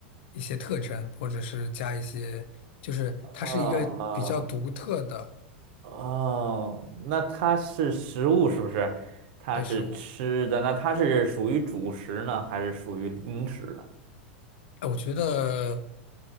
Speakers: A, on the left (about 70°); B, on the right (about 65°).
A: 一些特征，或者是加一些，就是它是一个比较独特的
B: 呃，哦，那它是食物是不是？它是吃的，
A: 对食物。
B: 那它是属于主食呢，还是属于零食呢？
A: 哎，我觉得